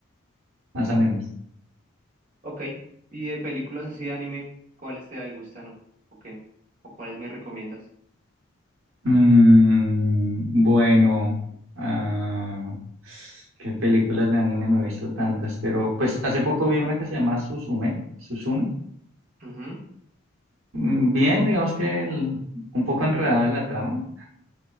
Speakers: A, on the right; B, on the right.
A: más o menos.
B: Ok. ¿Y de películas así de anime, cuáles te gustan o, o qué? ¿O cuáles me recomiendas?
A: Mm, bueno, ah, qué películas de anime no he visto tantas, pero pues hace poco vi una que se llama Suzume, Suzume.
B: Ujú,
A: Mm, Bien, digamos que el- un poco enredada la trama,